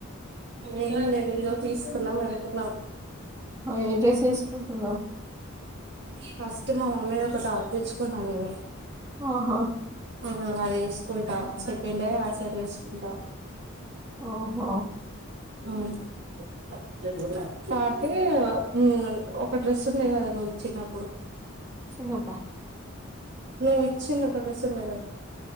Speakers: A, on the right; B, on the right.
A: ఏం లేదు ఏదో తీసుకున్నాం వెళుతున్నాం.
B: ఏడ్రెస్ వేసుకుంటున్నావ్?
A: ఫస్ట్ మా మమ్మీది ఒక టాప్ తెచ్చుకున్నా నేను
B: ఆహా
A: ఆ అది వేసుకుంటా సెకండ్ డే ఆ సెట్ ఏసుకుంటా.
B: ఆహ
A: అ <unintelligible> అంటే ఊ ఒక డ్రెస్ ఉంది కదా నువ్వు చిన్నప్పుడు
B: చిన్నప్ప
A: నువ్వు ఇచ్చింద క డ్రెస్ ఉంది కదాప్ప